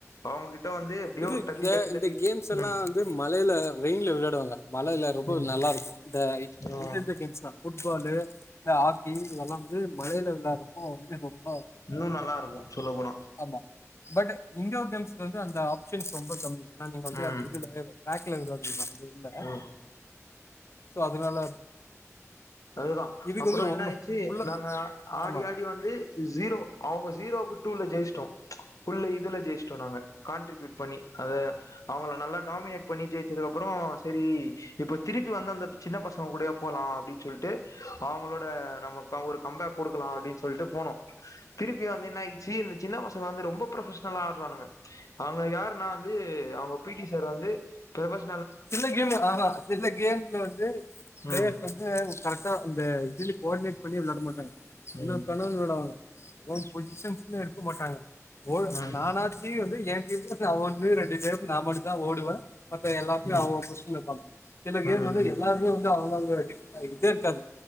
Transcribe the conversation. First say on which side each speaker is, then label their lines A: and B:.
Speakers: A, on the left (about 85°); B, on the left (about 55°).
A: அவங்ககிட்ட வந்து எப்டியோ
B: இது
A: தட்டி
B: இந்த
A: தட்டி
B: இந்த
A: தட்டி
B: கேம்ஸ்லாம்
A: ம்
B: வந்து மலையில வெயின்ல விளையாடுவாங்க மலையில்ல ரொம்ப
A: ம்
B: நல்லா இருக்கும் இந்த
A: ஆ
B: இந்த கேம்ஸ்தாம் ஃபுட்பாலு ஹாக்கி இதெல்லாம் வந்து மழலை விளையாடறப்போ வந்து ரொம்ப
A: இன்னும் நல்லா இருக்கும் சொல்லபோன
B: அமா பட் இன்டோர் கேம்ஸ் வந்து அந்த த ஆப்ஷன்ஸ் ரொம்ப கம்மி ஏன்னா நீங்க வந்து
A: ம்
B: அது இதுல பேக்கல இருவது ரூபா பில்ல அ
A: ம்
B: சோ அதனால
A: அதுதான்
B: இதுக்கு
A: அப்புறம்
B: வந்து ரொம்ப
A: என்ன ஆச்சு
B: ஃபுல்லா
A: நாங்க ஆடி
B: ஆமா
A: ஆடி வந்து ஜீரோ அவங்க ஜீரோ டூல ஜெயிட்டோம் ஃபுல் இதுல ஜெயிட்டோம் நாங்க கான்ட்பியூட் பண்ணி அத அவங்கள நல்லா டாமினேட் பண்ணி ஜெயிச்சது அப்புறோ செரி இப்ப திருப்பி வந்து அந்த சின்ன பசங்க கூடையேப் போலாம் அப்படின்னு சொல்ட்டு அவங்களோட நமக்கு ஒரு கம்பேக் கொடுக்கலா அப்படின்னு சொல்லிட்டு போனோம் திருப்பி வந்து என்ன ஆயிச்சு இந்த சின்ன பசங்க வந்து ரொம்ப ப்ரொபஷனல்லா ஆடுறங்க அவங்க யாருன்ன வந்து அவங்க பி டி சார் வந்து ப்ரொபஷ
B: சின்ன கேம் ஆதான் சில்ல கேம்ஸ்ல வந்து பிளேயர்ஸ்
A: ம்
B: வந்து கரெக்டா அ இந்த இதுல கோஆர்டினேட் பண்ணிய விளையாட மாட்டாங்க என்னா
A: ம்
B: கனவன் விளாடவாங்க ஒவுன் பொசிஷன்ஸும் எடுக்க மாட்டாங்க ஓ
A: ம்
B: நானாச்சி வந்து என் டீமுக்கு நான் வந்து ரெண்டு பேருக்கு நான் மட்டு தான் ஓடுவன் மத்த எல்லா எல்லாம் அவங்க
A: ம்
B: அவங்க பொசிஷன்ல இருப்பாங்க சில கேம்
A: ம் ம்
B: வந்து
A: ம்
B: எல்லாருமே வந்து து அவங்க அடி இதது இருக்காது